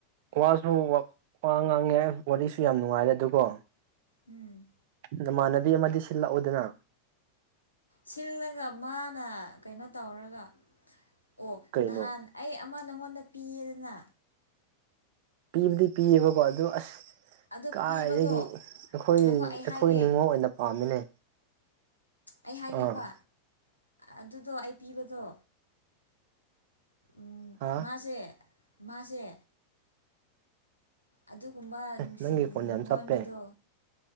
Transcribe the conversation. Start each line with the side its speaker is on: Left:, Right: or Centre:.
Right: ꯋꯥꯁꯨ ꯋꯥ ꯉꯥꯡꯉꯦ ꯋꯥꯔꯤꯁꯨ ꯌꯥꯝ ꯅꯨꯡꯉꯥꯏꯔꯦ ꯑꯗꯨꯒꯣ꯫
Left: ꯎꯝ꯫
Right: ꯅꯃꯥꯟꯅꯕꯤ ꯑꯃꯗꯤ ꯁꯤꯜꯂꯛꯎꯗꯅ꯫
Left: ꯁꯤꯜꯂꯒ ꯃꯥꯅ ꯀꯩꯅꯣ ꯇꯧꯔꯒ꯫ ꯑꯣ
Right: ꯀꯩꯅꯣ
Left: ꯅꯍꯥꯟ ꯑꯩ ꯑꯃ ꯅꯪꯉꯣꯟꯗ ꯄꯤꯌꯦꯗꯅ꯫
Right: ꯄꯤꯕꯨꯗꯤ ꯄꯤꯌꯦꯕꯀꯣ ꯑꯗꯨ ꯑꯁ꯫
Left: ꯑꯗꯣ
Right: ꯀꯥꯏꯗꯒꯤ
Left: ꯄꯤꯕꯗꯣ
Right: ꯑꯩꯈꯣꯏ
Left: ꯉꯥꯏꯈꯣ
Right: ꯑꯩꯈꯣꯏ
Left: ꯑꯩ ꯍꯥꯏꯒꯦ
Right: ꯅꯤꯉꯣꯜ ꯑꯣꯏꯅ ꯄꯥꯝꯃꯤꯅꯦ꯫
Left: ꯑꯩ ꯍꯥꯏꯒꯦꯕ
Right: ꯑꯥ
Left: ꯑꯗꯨꯗꯣ ꯑꯩ ꯄꯤꯕꯗꯣ꯫ ꯎꯝ
Right: ꯍꯥ
Left: ꯃꯥꯁꯦ ꯃꯥꯁꯦ꯫ ꯑꯗꯨꯒꯨꯝꯕ
Right: ꯑꯦ
Left: ꯅꯨꯡꯁꯤ
Right: ꯅꯪꯒꯤ ꯈꯣꯟ ꯌꯥꯝ
Left: ꯅꯨꯡꯉꯣꯟꯒꯤꯗꯣ
Right: ꯆꯞꯄꯦ